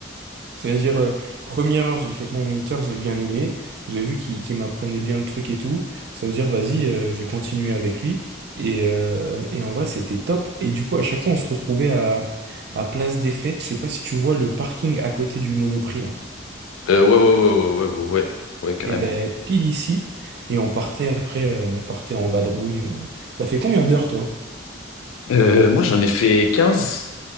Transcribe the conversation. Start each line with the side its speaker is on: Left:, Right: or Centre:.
Right: C'est-à-dire, euh, première heure, je l'ai fait avec mon moniteur, j'ai bien aimé. J'ai vu qu'il qu'il m'apprenait bien le truc et tout. Ça veut dire, vas-y, euh, je vais continuer avec lui. Et, euh, et en vrai, c'était top. Et du coup, à chaque fois, on se retrouvait à, à Place des Fêtes. Je sais pas si tu vois le parking à côté du Monoprix, là.
Left: Euh, ouais, ouais, ouais, ouais, ouais, ouais, ouais, ouais, carrément.
Right: Et ben, pile ici. Et on partait après, euh, on partait en vadrouille. euh. T'as fait combien d'heures, toi?
Left: Euh, moi, j'en ai fait 15